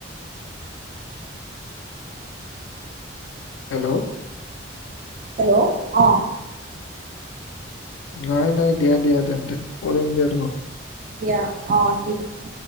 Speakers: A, on the left (about 70°); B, on the right (about 40°).
A: হেল্ল'?
B: হেল্ল' অ'।
A: নাই নাই দিয়া দিয়া তেন্তে কৰিম দিয়া তোমাক।
B: দিয়া, অ' ঠিক আছে।